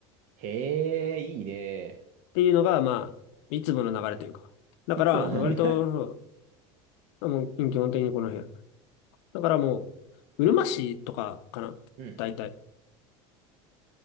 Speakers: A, on the right; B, on the left.
A: へえ、いいね。
B: ていうのが、まあ、いつもの流れというか。だから、
A: いつもなんだ。
B: そう割と、そうもう基本的にこの辺。だからもう、うるま市とかかな。
A: <laughs> うん。
B: 大体。